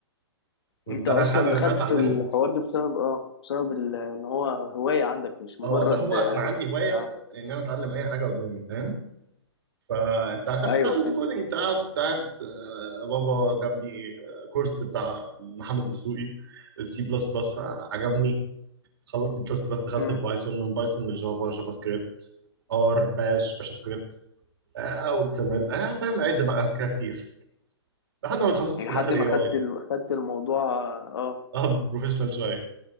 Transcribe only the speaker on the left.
انت
اصلا
دخلت
في الحوار ده بسبب اه بسبب ال- ان هو هواية عندك مش مجرد
اه,
آه.
ايوه
فهمتك
مم.
لحد
ما
خدت ال... خدت الموضوع اه